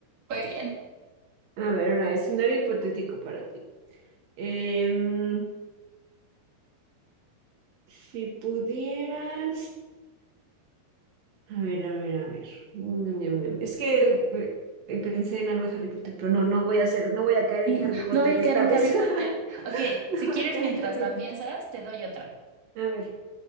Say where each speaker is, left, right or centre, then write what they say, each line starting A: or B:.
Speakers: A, on the right (about 40°); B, on the right (about 70°).
A: Muy bien.
B: A ver, ahora, escenario hipotético para ti. Em, si pudieras... A ver, a ver, a ver. Mm, Ñam, ñam, ñam. Es que eh, eh, pensé en algo de Harry Potter, pero no, no voy a hacer, no voy a caer
A: Mm,
B: en Harry Potter
A: No voy a
B: esta
A: caer en
B: vez.
A: Harry Potter.
B: <laughs>
A: Ok,
B: No
A: si
B: voy
A: quieres,
B: a caer
A: mientras
B: en Harry
A: la
B: Potter.
A: piensas, te doy otra.
B: A ver,